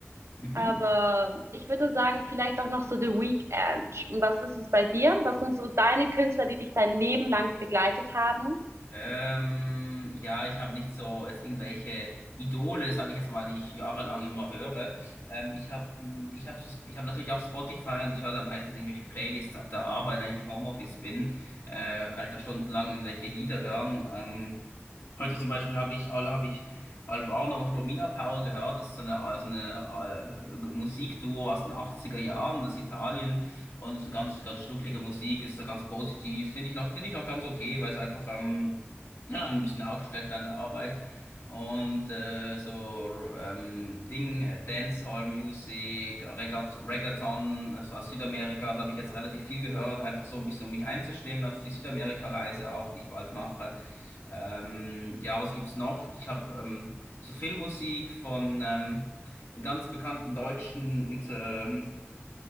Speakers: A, on the left; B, on the right.
A: Mhm.
B: Aber ich würde sagen, vielleicht auch noch so The Weeknd. Und was ist es bei dir? Was sind so deine Künstler, die dich dein Leben lang begleitet haben?
A: Ähm, ja, ich habe nicht so es irgendwelche Idole, sage ich jetzt mal, die ich jahrelang immer höre. Ähm, ich habe ich hab so, ich hab natürlich auch Spotify und ich höre da meistens irgendwelche Playlists auf der Arbeit, wenn ich im Homeoffice bin, äh, kann ich da stundenlang irgendwelche Lieder hören. Ähm, heute zum Beispiel habe ich, alle- hab ich Albaner und Romina Power gehört. Das ist so eine, so eine äh, Musikduo aus den 80er Jahren aus Italien. Und es ist eine ganz, ganz schnucklige Musik, ist da ganz positiv. Finde ich noch, finde ich noch ganz okay, weil es einfach ähm, ja, ein bisschen aufstellt während der Arbeit. Und äh, so ähm, Ding, äh, Dancehall-Musik, Reggaet Reggaeton, das war Südamerika, das habe ich jetzt relativ viel gehört, einfach so ein bisschen, um mich einzustimmen auf die Südamerika-Reise auch, die ich bald mache. Ähm, ja, was gibt's noch? Ich habe ähm, so Filmmusik von ähm, dem ganz bekannten deutschen Inter ähm,